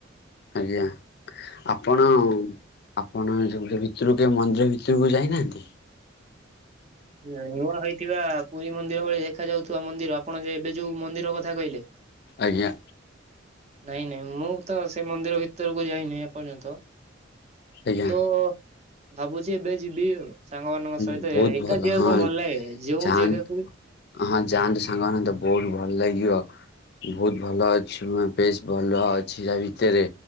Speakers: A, on the left (about 55°); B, on the right (about 35°).
A: ଆଜ୍ଞା ଆପଣ। ଆପଣ ସ ଭିତରକୁ କେ ମନ୍ଦିର ଭିତରକୁ ଯାଇନାହାନ୍ତି?
B: <unintelligible> ଥିବା ପୁରୀ ମନ୍ଦିର ଭଳି ଦେଖାଯାଉଥିବା ମନ୍ଦିର ।ଆପଣ ଏବେ ଯୋଉ ମନ୍ଦିର କଥା କହିଲେ।
A: ଆଜ୍ଞା।
B: ନାଇଁ, ନାଇଁ ମୁଁ ତ ସେ ମନ୍ଦିର ଭିତରକୁ ଯାଇନି ଏପର୍ଯ୍ୟନ୍ତ।
A: ଆଜ୍ଞା।
B: ତ ଭାବୁଛି ଏବେ ଯିବି ଆଉ ସାଙ୍ଗମାନାନଙ୍କ
A: ଉଁ,
B: ସହିତ।
A: ବହୁତ
B: ଏକା
A: ଭଲ
B: ଯିବାକୁ
A: ହଁ
B: କଣ ଭଲ ଲାଗେ ଯୋଉ
A: ଯାଆନ୍ତୁ
B: ଜାଗାକୁ ବି
A: ହଁ ଯାଆନ୍ତୁ ସାଙ୍ଗମାନଙ୍କ ସହିତ ବହୁତ ଭଲ ଲାଗିବ। <inaudible> ବହୁତ ଭଲ ଅଛି ।ବେଶ ଭଲ ଅଛି ତା ଭିତରେ।